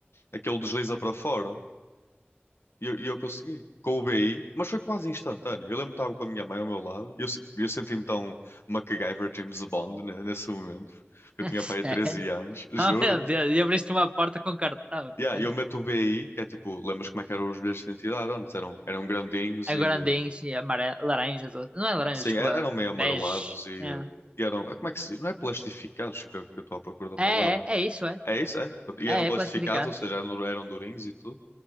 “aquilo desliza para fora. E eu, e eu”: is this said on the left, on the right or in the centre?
Left